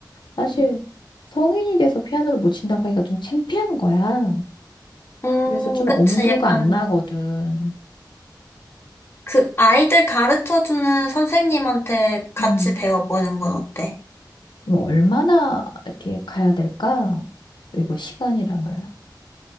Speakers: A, on the left; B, on the left.
A: 사실
B: 음,
A: 성인이 돼서 피아노를 못 친다고 하기가 좀 창피한 거야.
B: 음,
A: 그래서 좀
B: 그치.
A: 엄두가
B: 약간
A: 안 나거든.
B: 그 아이들 가르쳐주는 선생님한테 같이
A: 음,
B: 배워보는 건 어때?
A: 그럼 얼마나 이렇게 가야 될까? 이거 시간이랑을.